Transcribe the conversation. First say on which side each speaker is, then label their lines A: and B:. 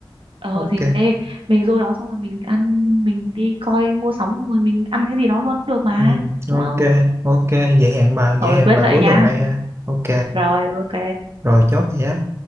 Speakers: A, on the right; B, on the right.
A: ờ,
B: ok
A: thì ê, mình vô đó xong rồi mình ăn mình đi coi mua sắm rồi mình ăn cái gì đó luôn cũng được mà
B: Ừ,
A: đúng
B: ok,
A: không
B: ok, vậy hẹn bà, vậy
A: rồi
B: hẹn
A: quyết
B: bà
A: vậy
B: cuối
A: nha
B: tuần đây ha. Ok,
A: rồi ok
B: rồi chốt vậy á.